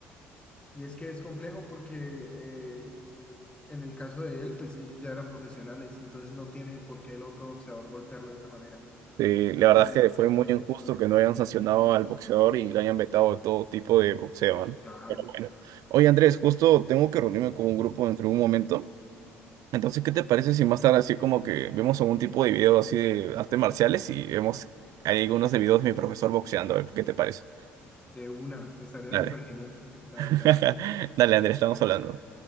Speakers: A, on the left; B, on the right.
A: Y es que es complejo porque eh, en el caso de él, pues ellos ya eran profesionales, entonces no tiene por qué el otro boxeador golpearlo de esa manera.
B: Sí, la
A: Entonces
B: verdad
A: fue
B: es que
A: bastante
B: fue muy injusto
A: polémico.
B: que no hayan sancionado al boxeador y lo hayan vetado de todo tipo de boxeo, ¿no?
A: Claro,
B: Pero bueno. Oye, Andrés, justo tengo que reunirme con un grupo dentro de un momento. Entonces, ¿qué te parece si más tarde así como que vemos algún tipo de video así de artes marciales y vemos hay algunos de videos de mi profesor boxeando? A ver, ¿qué te parece?
A: de una, estaría
B: Dale.
A: súper genial, la
B: <laughs>
A: verdad.
B: Dale, Andrés, estamos hablando.